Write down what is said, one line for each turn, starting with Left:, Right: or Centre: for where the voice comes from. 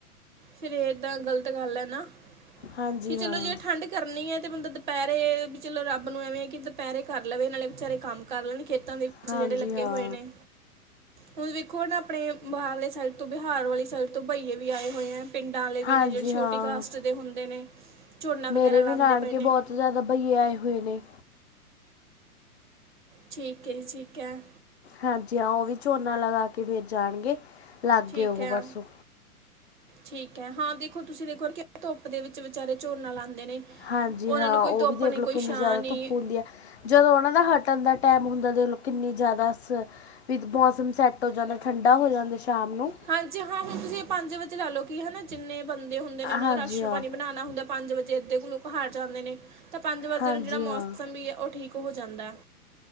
Right: ਫਿਰ ਇਹ ਤਾਂ ਗ਼ਲਤ ਗੱਲ ਹੈ ਨਾ
Left: ਹਾਂਜੀ
Right: ਕਿ
Left: ਹਾਂ
Right: ਚਲੋ ਜੇ ਠੰਡ ਕਰਨੀ ਹੈ ਤੇ ਬੰਦਾ ਦੁਪਹਿਰੇ ਵੀ ਚਲੋ ਰੱਬ ਨੂੰ ਐਵੇਂ ਹੈ ਕਿ ਦੁਪਹਿਰੇ ਕਰ ਲਵੇ ਨਾਲੇ ਵਿਚਾਰੇ ਕੰਮ ਕਰ ਲੈਣ ਖੇਤਾਂ ਦੇ ਵੀ ਵਿੱਚ
Left: ਹਾਂਜੀ
Right: ਜਿਹੜੇ ਲੱਗੇ
Left: ਹਾਂ
Right: ਹੋਏ ਨੇ ਹੁਣ ਵੇਖੋ ਹੁਣ ਆਪਣੇ ਬਾਹਰਲੇ ਸਾਈਡ ਤੋਂ ਬਿਹਾਰ ਵਾਲੀ ਸਾਈਡ ਤੋਂ ਬਈਏ ਵੀ ਆਏ ਹੋਏ ਹੈ ਪਿੰਡਾਂ ਵਾਲੇ ਵੀ
Left: ਹਾਂਜੀ
Right: ਨੇ ਜਿਹੜੇ ਛੋਟੀ
Left: ਹਾਂ
Right: ਕਾਸਟ ਦੇ ਹੁੰਦੇ ਨੇ ਝੋਨਾ
Left: ਮੇਰੇ
Right: ਵਗੈਰਾ ਲਾਉਂਦੇ
Left: ਵੀ ਨਾਨਕੇ
Right: ਪਏ ਨੇ
Left: ਬਹੁਤ ਜ਼ਿਆਦਾ ਭੈਈਏ ਆਏ ਹੋਏ ਨੇ
Right: ਠੀਕ ਹੈ ਜੀ ਠੀਕ ਹੈ
Left: ਹਾਂਜੀ ਹਾਂ ਉਹ ਵੀ ਝੋਨਾ ਲਗਾ ਕੇ ਫਿਰ ਜਾਣਗੇ ਲੱਗ
Right: ਠੀਕ
Left: ਗਏ ਉਹ
Right: ਹੈ
Left: ਪਰਸੋਂ
Right: ਠੀਕ ਹੈ ਹਾਂ ਦੇਖੋ ਤੁਸੀਂ ਦੇਖੋ ਧੁੱਪ ਦੇ ਵਿੱਚ ਵਿਚਾਰੇ ਝੋਨਾ ਲਾਉਂਦੇ ਨੇ
Left: ਹਾਂਜੀ
Right: ਉਹਨਾਂ
Left: ਹਾਂ
Right: ਨੂੰ ਕੋਈ
Left: ਉਹ
Right: ਧੁੱਪ
Left: ਵੀ ਦੇਖ
Right: ਨਹੀਂ
Left: ਲਓ
Right: ਕੋਈ
Left: ਕਿੰਨੀ
Right: ਛਾਂ
Left: ਜ਼ਿਆਦਾ
Right: ਨਹੀਂ
Left: ਧੁੱਪ ਹੁੰਦੀ ਹੈ ਜਦੋਂ ਉਹਨਾਂ ਦਾ ਹਟਣ ਦਾ ਟਾਈਮ ਹੁੰਦਾ ਤਾਂ ਦੇਖ ਲੋ ਕਿੰਨੀ ਜ਼ਿਆਦਾ ਸ ਵੀ ਮੌਸਮ ਸੈੱਟ ਹੋ ਜਾਂਦਾ ਠੰਡਾ ਹੋ ਜਾਂਦਾ ਸ਼ਾਮ ਨੂੰ
Right: ਹਾਂਜੀ ਹਾਂ ਹੁਣ ਤੁਸੀਂ ਪੰਜ ਵਜੇ ਲਾ ਲਓ ਕਿ ਹਨਾ ਜਿੰਨੇ ਬੰਦੇ ਹੁੰਦੇ ਨੇ ਉਹਨਾਂ
Left: ਹਾਂਜੀ
Right: ਦਾ ਰਾਸ਼ਨ
Left: ਹਾਂ
Right: ਪਾਣੀ ਬਣਾਉਣਾ ਹੁੰਦਾ ਪੰਜ ਵਜੇ ਇੱਧਰ ਕੁਲ ਹਾਰ ਜਾਂਦੇ ਨੇ ਤਾਂ ਪੰਜ ਵਜੇ
Left: ਹਾਂਜੀ
Right: ਨੂੰ ਜਿਹੜਾ
Left: ਹਾਂ
Right: ਮੌਸਮ ਵੀ ਹੈ ਉਹ ਠੀਕ ਹੋ ਜਾਂਦਾ